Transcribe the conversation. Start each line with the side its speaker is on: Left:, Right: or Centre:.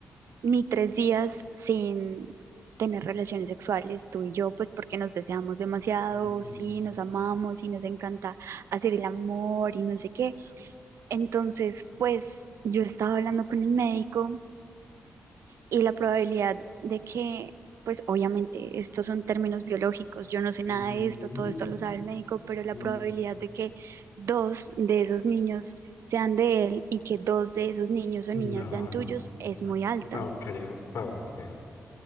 Right: ni tres días sin tener relaciones sexuales, tú y yo, pues porque nos deseamos demasiado,
Left: Ujú,
Right: sí, nos amamos y nos encanta hacer el amor y no sé qué. Entonces, pues yo estaba hablando con el médico y la probabilidad de que, pues obviamente, estos son términos biológicos, yo no sé nada
Left: ujú,
Right: de esto, todo esto lo sabe el médico, pero la
Left: ujú.
Right: probabilidad de que dos de esos niños sean de él y que dos de esos niños o
Left: No,
Right: niñas sean tuyos
Left: no,
Right: es
Left: no,
Right: muy alta.
Left: no creo. Pau, vea.